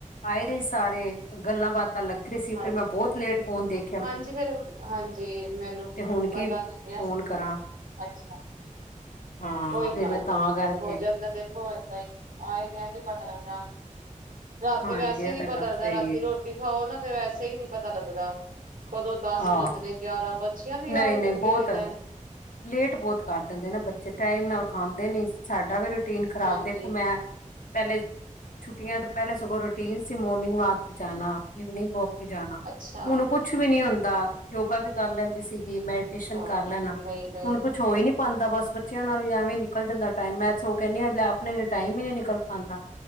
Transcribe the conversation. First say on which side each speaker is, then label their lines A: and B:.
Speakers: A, on the left; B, on the right.
A: ਆਏ ਦੇ ਸਾਰੇ ਗੱਲਾਂ ਬਾਤਾਂ ਲੱਗ ਰੇ ਸੀ।
B: ਹਾਂਜੀ
A: ਫੇਰ ਮੈਂ ਬੋਤ ਲੇਟ ਫੋਨ ਦੇਖ
B: ਹਾਂਜੀ ਫੇਰ ਹਾਂਜੀ ਮੈਨੂੰ
A: ਤੇ
B: ਪ
A: ਹੁਣ ਕੀ
B: ਪਤਾ ਲੱਗਿਆ
A: ਫੋਨ
B: ਸੀ।
A: ਕਰਾਂ
B: ਅੱਛਾ।
A: ਹਾਂ,
B: ਕੋਈ
A: ਫਿਰ
B: ਗੱਲ
A: ਮੈਂ ਤਾਂ
B: ਨੀ, ਕੋਈ
A: ਕਰਕੇ
B: ਹੋ ਜਾਂਦੈ ਤੇ ਓ ਐਦਾਂ ਈ ਆਏ ਗਿਆਂ ਨੀ ਪਤਾ ਲੱਗਦਾ। ਰਾਤੀ
A: ਹਾਂਜੀ
B: ਵੈਸੇ
A: ਇਹ
B: ਨੀ
A: ਤਾਂ
B: ਪਤਾ
A: ਗੱਲ ਸਹੀ
B: ਲੱਗਦਾ ਰਾਤੀ
A: ਹੈ
B: ਰੋ ਟੀ ਖਾਓ ਨਾ ਤੇ ਵੈਸੇ ਈ ਨੀ ਪਤਾ ਲੱਗਦਾ ਕਦੋਂ ਦਸ
A: ਆਹ
B: ਵੱਜਨੇ ਗਿਆਰਾਂ, ਬੱਚੀਆਂ ਦੇ ਈ
A: ਨਹੀਂ-ਨਹੀਂ
B: ਆਰੇ ਲੱਗੇ
A: ਬਹੁਤ
B: ਰਈ ਦੈ।
A: ਲੇਟ ਬੋਤ ਕਰ ਦਿੰਦੇ ਨਾ ਬੱਚੇ। ਟਾਈਮ ਨਾਲ ਖਾਂਦੇ ਨੀ। ਸਾਡਾ ਵੀ ਰੋਟੀਨ ਖਰਾਬ।
B: ਹਾਂਜੀ।
A: ਦੇਖੋ ਮੈਂ ਪੈਲੇ ਛੁੱਟੀਆਂ ਤੋਂ ਪੈਲੇ ਸਗੋਂ ਰੋਟੀਨ ਸੀ ਮੋਰਨਿੰਗ ਵਾਕ ਤੇ ਜਾਨਾ ਇਵਨਿੰਗ ਵੋਕ ਤੇ ਜਾਨਾ।
B: ਅੱਛਾ
A: ਹੂਨ ਕੁਛ ਵੀ ਨੀ ਹੁੰਦਾ। ਯੋਗਾ ਵੀ ਕਰ ਲੈਂਦੀ ਸੀਗੀ, ਮੈਡੀਟੇਸ਼ਨ
B: ਹਾਂ
A: ਕਰ ਲੈਨਾ
B: ਨਹੀਂ ਨਹੀਂ
A: ਛ ਹੋ ਈ ਨੀ ਪਾਂਦਾ। ਬਸ ਬੱਚਿਆਂ ਨਾਲ ਹੀ ਐਵੇਂ ਨਿਕਲ ਜਾਂਦੈ ਟਾਈਮ। ਮੈਂ ਸਗੋਂ ਕੈਨੀਂ ਆਂ ਲੈ ਆਪਣੇ ਲੀ ਟਾਈਮ ਈ ਨੀ ਨਿਕਲ ਪਾਂਦਾ।